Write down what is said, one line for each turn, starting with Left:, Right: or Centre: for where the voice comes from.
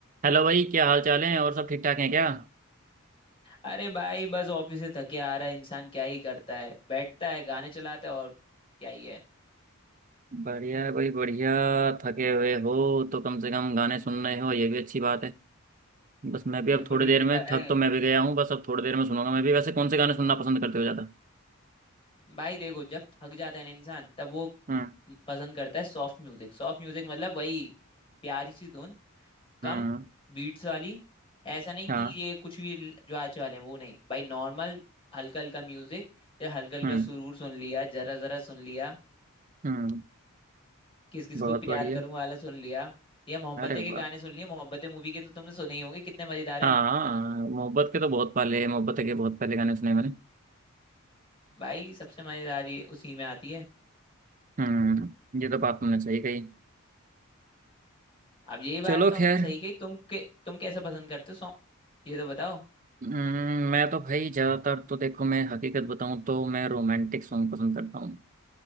Right: Hello भाई क्या हाल चाल है और सब ठीक ठाक हैं क्या
Left: अरे भाई बस ऑफिस से थके आ रहा है इंसान क्या ही करता है बैठता है गाने चलाता है और क्या ही है
Right: बढ़िया है भाई बढ़िया थके हुए हो तो कम से कम गाने सुन रहे हो ये भी अच्छी बात है बस मैं भी
Left: बिल्कुल
Right: अब थोड़ी
Left: बिल्कुल
Right: देर में
Left: भाई
Right: थक तो मैं भी गया हूँ बस अब थोड़ी देर में सुनूंगा मैं भी वैसे कौन से गाने सुनना पसंद करते हो ज़्यादा
Left: भाई देखो जब थक जाता है ना इंसान तब वो
Right: हम्म
Left: पसंद करता है सॉफ्ट म्यूजिक सॉफ्ट म्यूजिक मतलब वही प्यारी सी धुन कम
Right: हम्म
Left: बीट्स वाली ऐसा नहीं
Right: हाँ
Left: कि ये कुछ भी ल- जो आज वाले हैं वो नहीं भाई नॉर्मल हल्का हल्का म्यूजिक जब हल्का हल्का
Right: हम्म
Left: सुरूर सुन लिया जरा जरा सुन लिया
Right: हम्म
Left: किस किस
Right: बहुत
Left: को प्यार
Right: बढ़िया
Left: करूं वाला सुन लिया या मोहब्बतें
Right: अरे
Left: के
Right: वाह
Left: गाने सुन लिए मोहब्बतें मूवी के तो तुमने सुने ही होंगे कितने मजेदार हैं
Right: हाँ मोहब्बत के तो बहुत पहले मोहब्बत के बहुत पहले गाने सुने मैंने
Left: भाई सबसे मजेदारी उसी में आती है
Right: हम्म ये तो बात तुमने सही कही
Left: अब ये बात
Right: चलो
Left: तो हमने
Right: खैर
Left: सही कही तुम के तुम कैसा पसंद करते हो सॉन्ग ये तो बताओ
Right: हम्म, मैं तो भाई ज़्यादातर तो देखो मैं हकीकत बताऊँ तो मैं रोमांटिक सॉन्ग पसंद करता हूँ